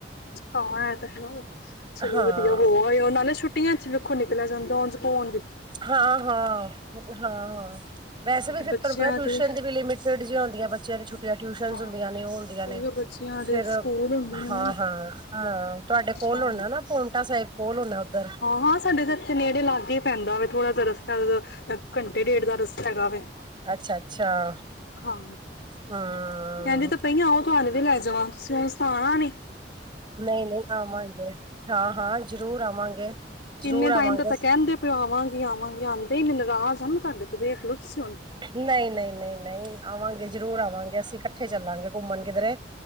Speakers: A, on the left; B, on the right.
A: ਹਾਂ ਐ ਤਾਂ ਦੇਖ ਲੋ ਚਲੋ
B: ਹਾਂ
A: ਵਧੀਆ ਹੋ ਆਏ ਉਹੇ ਛੁੱਟ। ਛੁਟੀਆਂ ਚ ਵੇਖੋ ਨਿਕਲ ਜਾਂਦਾ ਉੰਝ ਕੁੰਜ
B: ਹਾਂ ਹਾਂ ਹਾਂ ਹਾਂ ਵੈਸੇ
A: ਕਿਉਂਕਿ
B: ਵੀ ਫਿਰ
A: ਬੱਚਿਆਂ
B: ਪਰ ਟਿਊਸ਼ਨ
A: ਦੇ
B: ਦੀ ਵੀ ਲਿਮਿਟ। ਲਿਚੜ ਜਿਆਂ ਹੁੰਦੀਆਂ ਬੱਚਿਆਂ ਨੇ ਛੁਟੀਆਂ ਟਿਊਸ਼ਨ
A: ਹਾਂ
B: ਹੁੰਦੀਆਂ ਨੇ ਉਹ ਹੁੰਦੀਆਂ
A: ਉਹੀਓ
B: ਨੇ।
A: ਬੱਚਿਆਂ ਦੇ
B: ਫਿਰ
A: ਸਕੂਲ ਹੁੰਦੇ ਨੇ
B: ਹਾਂ
A: ਨਾ
B: ਹਾਂ ਅਹ ਤੁਹਾਡੇ ਕੋਲ
A: ਹਾਂ
B: ਹੋਣਾ ਨਾ ਪੋਂਟਾ ਸਾਹਿਬ ਕੋਲ ਹੋਣਾ। ਉੱਧਰ।
A: ਹਾਂ। ਸਾਡੇ ਤਾਂ ਇੱਥੇ ਨੇੜੇ ਲਾਗੇ ਹੀ ਪੈਂਦਾ ਵਾ ਥੋੜਾ ਜਿਹਾ ਰਸਤਾ ਘੰਟੇ ਡੇਢ ਦਾ ਰਸਤਾ ਹੈਗਾ ਵੇ।
B: ਅੱਛਾ ਅੱਛਾ
A: ਹਾਂ
B: ਹੂੰ।
A: ਕਹਿੰਦੀ ਤਾਂ ਪਈ ਆਓ ਤੁਹਾਨੂੰ ਵੀ ਲੈ ਜਾਵਾਂ ਤੁਸੀਂ ਤਾਂ ਹੁਣ ਆਉਣਾ ਹੀ ਨਹੀਂ।
B: ਨਹੀਂ ਨਹੀਂ ਆਵਾਂਗੇ ਹਾਂ ਹਾਂ ਜ਼ਰੂਰ ਆਵਾਂਗੇ। ਜ਼ਰੂਰ
A: ਕਿੰਨੇ
B: ਆਵਾਂਗੇ,
A: ਟਾਈਮ ਤੋ- ਤਾਂ ਕੈਂਦੇ ਪਏ ਆਵਾਂਗੀ -ਆਵਾਂਗੀ ਆਂਦੇ ਨੀ, ਨਾਰਾਜ਼ ਆ ਮੈ ਤਾਡੇ ਤੋ ਵੇਖ ਲਓ ਤੁਸੀ ਹੁਨ।
B: ਨਈ -ਨਈ ਨਈ- ਨਈ ਆਵਾਂਗੇ ਜ਼ਰੂਰ ਆਵਾਂਗੇ ਅਸੀਂ ਇਕੱਠੇ ਚੱਲਾਂਗੇ ਘੁੰਮਣ ਕਿਧਰੇ।